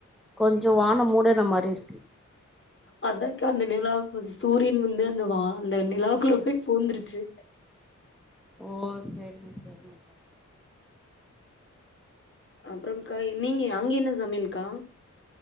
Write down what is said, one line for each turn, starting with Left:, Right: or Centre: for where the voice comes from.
Centre: கொஞ்சோ வானோ மூடுன மாரி இருக்கு
Left: அதாக்கா அந்த நிலா சூரியன் வந்து அந்த வா அந்த நிலாக்குள்ள போய் பூந்துருச்சு
Centre: ஓ சரிங்க சரிங்க
Left: அப்றோக்கா நீங்க அங்க என்ன சமையல்கா